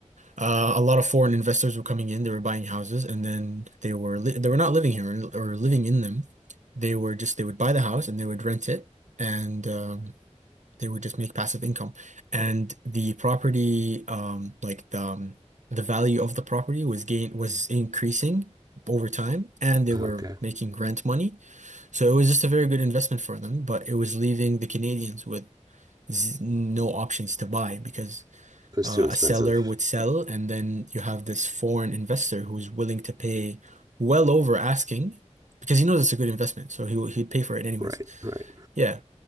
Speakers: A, on the right; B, on the right.
A: Uh, a lot of foreign investors were coming in. They were buying houses, and then they were li they were not living here or or living in them. They were just they would buy the house and they would rent it and. Um, They would just make passive income. And the property, um, like the um, the value of the property was gain was increasing over time, and they were
B: Okay,
A: making rent money. So it was just a very good investment for them, but it was leaving the Canadians with z no options to buy because
B: it's
A: uh,
B: too expensive.
A: a seller would sell, and then you have this foreign investor who's willing to pay well over asking because he knows it's a good investment, so he would- he'd pay for it anyways.
B: Right, right.
A: Yeah.